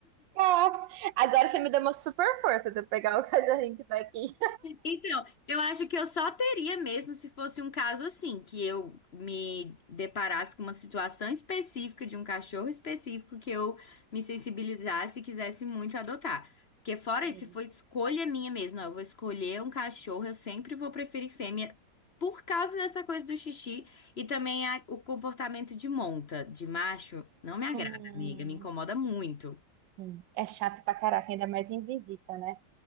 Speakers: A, on the right (about 85°); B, on the left (about 40°).
A: ah. Agora você me deu uma super força de eu pegar o cachorrinho que tá aqui.
B: Então, eu acho que eu só teria mesmo se fosse um caso assim, que eu me deparasse com uma situação específica de um cachorro específico que eu me sensibilizasse e quisesse muito adotar. Porque fora
A: Uhum.
B: isso, se for escolha minha mesmo, ó, eu vou escolher um cachorro, eu sempre vou preferir fêmea por causa dessa coisa do xixi e também a- o comportamento de monta, de macho, não me agrada,
A: Hum,
B: amiga, me incomoda muito.
A: sim. É chato pra caraca, ainda mais em visita, né?